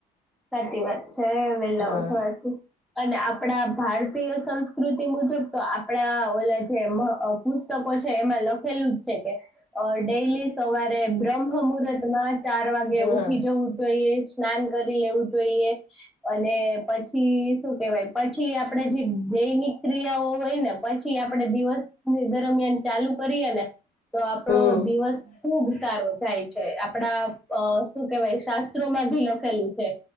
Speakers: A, in the centre; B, on the left.
A: સાચી વાત છે વેલા
B: હા
A: ઉઠવાથી અને આપડા ભારતીય સંસ્કૃતિ કૃતિ મુજબ તો આપડા ઓલા જે પુસ્તકો છે એમાં લખેલું જ છે કે ડેલી સવારે બ્ર્મ મુહૂર્ત માં ચાર વાગે
B: હા
A: ઉઠી જવું જોઈ <unintelligible> લેવું જોઈએ અને પછી શું કેહેવાય પછી આપણે જે દૈનિક ક્રિયાઓ હોય ને પછી આપડે દિવસ દરમિયાન ચાલુ કરીએ ને તો આપડો
B: હમ
A: દિવસ ખુબ સારો જાય છે આપડા અ શું કેવાય શાસ્ત્રોમાં ભી લખેલું છે